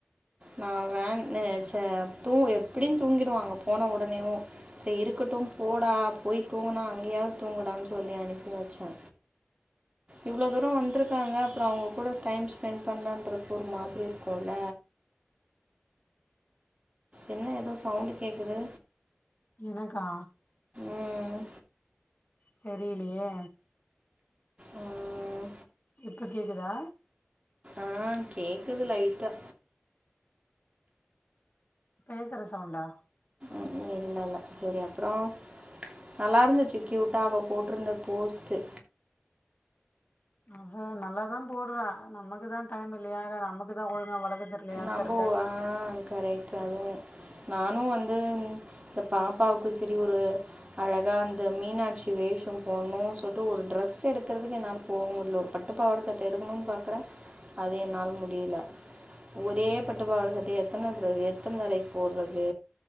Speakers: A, on the right; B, on the left.
A: நா வே னு சே தூ எப்டியு தூங்கிடுவாங்க போன ஒடனேவு செரி இருக்கட்டு போடா போய் தூங்குனா அங்கயாவ்து தூங்குடான் சொல்லி அனுப்பி வச்சே இவ்ளோ தூர வந்த்ருக்காங்க அப்ற அவ்ங்க கூட டைம் ஸ்பெண்ட் பண்ணலன்றக்கு ஒரு மாதிரி இருக்கு ஹல என்ன எதோ சவுண்டு கேக்குது
B: எனக்கா
A: ம்
B: தெரிலயே
A: உம்
B: இப்ப கேக்குதா
A: ஆஹ் கேக்குது லைட்டா
B: பேசற சவுண்டா
A: இல்ல இல்ல இல்ல செரி அப்றோ நல்லா இருந்துச்சு க்யூட்டா அவ போட்ருந்த போஸ்ட்டு
B: அவ நல்லாதா போட்றா ஆனா நமக்குதா டைம் இல்லயா நமக்குதா ஒழுங்கா வளக்க தெரியலையான்னு
A: நம்பவ்
B: தெர்ல
A: ஆஹ் கரெக்ட் அதேத நானு வந்து இந்த பாப்பாவுக்கு செரி ஒரு அழகா அந்த மீனாட்சி பட்டி வேஷம் போட்ணு சொல்ட்டு ஒரு ட்ரெஸ் எடுக்கறதுக்கு என்னால போக முடில ஒரு பட் ட்டுப்பாவட சட்ட எடுக்கணுன் பாக்றே அது என்னால முடியல ஒரே பட்டுப்பாவட சட்டய எத்தன் தடவ எத்தன் நாளைக்கு போட்றது